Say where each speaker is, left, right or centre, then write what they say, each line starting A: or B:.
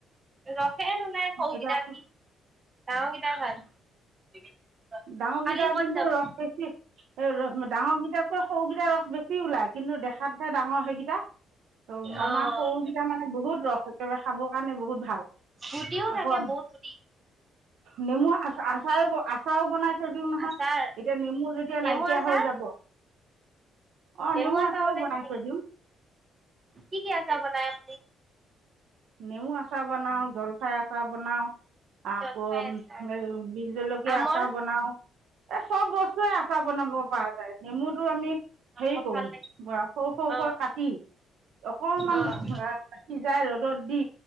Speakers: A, on the right; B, on the right.
A: ৰসে নোলাই সৰুকেইটা
B: এতিয়া
A: কি ডাঙৰ কেইটাই ভাল। <inaudible>
B: ডাঙৰকেইটাৰ
A: কালি ক'ত
B: কিন্তু
A: যাব?
B: ৰস বেছি। ৰ, ডাঙৰকেইটাতকৈ সৰুকেইটাৰ ৰস বেছি ওলাই। কিন্তু দেখাত ডাঙৰ সেইকেইটা ত
A: অ'।
B: আমাৰ সৰুকেইটা মানে বহুত ৰস, একেবাৰে খাবৰ কাৰণে বহুত ভাল।
A: গুটিও থাকে
B: আকৌ
A: বহুত গুটি,
B: নেমু আছ আচাৰোঁ, আচাৰোঁ বনাই থৈ দিও নহয়।
A: আচাৰ
B: এতিয়া নেমু যেতিয়া
A: নেমু
B: নাইকিয়া
A: আচাৰ,
B: হৈ যাব। অঁ
A: নেমু আচাৰ
B: আচাৰো
A: বনাইছে
B: বনাই
A: নেকি?
B: থৈ দিওঁ
A: কি- কি আচাৰ বনাই আপুনি?
B: নেমু আচাৰ বনাও, জলফাই আচাৰ বনাও। আকৌ
A: জলফাই আচাৰ,
B: এ বি'হ জলকীয়া
A: আমৰ,
B: আচাৰ বনাও, এই চব বস্তুৱে আচাৰ বনাব পৰা যায়। নেমুত আৰু আমি হেৰি
A: কঁঠাল
B: কৰো,
A: লাগিছে
B: সৰু -সৰুকৈ
A: অ',
B: কাটি অকমান
A: অ',
B: অহ ', সিজাই ৰ'দ বি